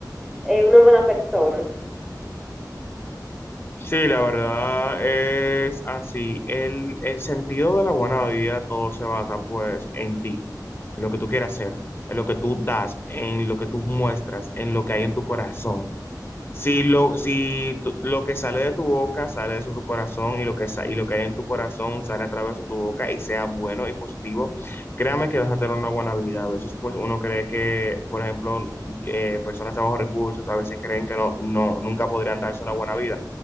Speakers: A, in the centre; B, on the left.
A: eh, una buena persona.
B: Sí, la verdad es así. El, el sentido de la buena vida todo se basa pues en ti, en lo que tú quieras hacer, en lo que tú das, en lo que tú muestras, en lo que hay en tu corazón. Si lo, si tu- lo que sale de tu boca sale de su, tu corazón y lo que, sa- y lo que hay en tu corazón sale a través de tu boca y sea bueno y positivo, créame que vas a tener una buena vida. A veces pues uno cree que, por ejemplo, eh, personas de bajos recursos a veces creen que no, no, nunca podrían darse una buena vida.